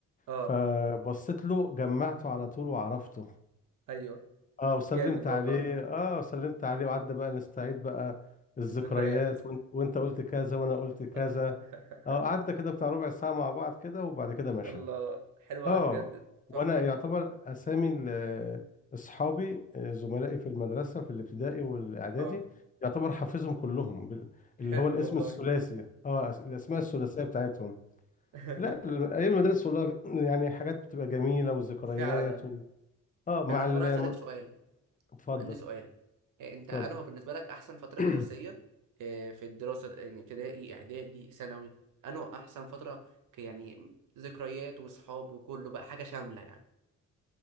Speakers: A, on the right; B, on the left.
A: اه
B: فبصيت له جمعته على طول وعرفته
A: ايوه
B: اه وسلمت
A: جامد والله
B: عليه اه وسلمت عليه وقعدنا بقى نستعيد بقى الذكريات
A: الذكريات
B: وانت, وانت قلت كذا وانا قلت كذا
A: <laughs>
B: اه قعدنا كده بتاع ربع ساعة مع بعض كده وبعد كده مشى
A: الله حلوة
B: اه
A: أوي بجد ده.
B: وانا
A: تحفة
B: يعتبر اسامي ال- آه، اصحابي آه، زملائي في المدرسه في الابتدائي والاعدادي
A: اه
B: يعتبر حافظهم كلهم بال- اللي
A: حلو
B: هو الاسم
A: والله
B: الثلاثي اه أس- الاسماء الثلاثيه بتاعتهم
A: <laughs>
B: لا ال- ايام المدرسه والله يعني حاجات بتبقى جميله وذكريات
A: فعلا
B: و... اه مع
A: فعلا
B: ال...
A: طب أنا هسألك سؤال
B: اتفضل
A: عندي سؤال إيه أنت
B: اتفضل
A: أنا هو بالنسبة لك أحسن فترة
B: <clears throat>
A: دراسية إيه، في الدراسة يعني ابتدائي إعدادي ثانوي أنا هو أحسن فترة ك- يعني ذكريات وصحاب وكله بقى حاجة شاملة يعني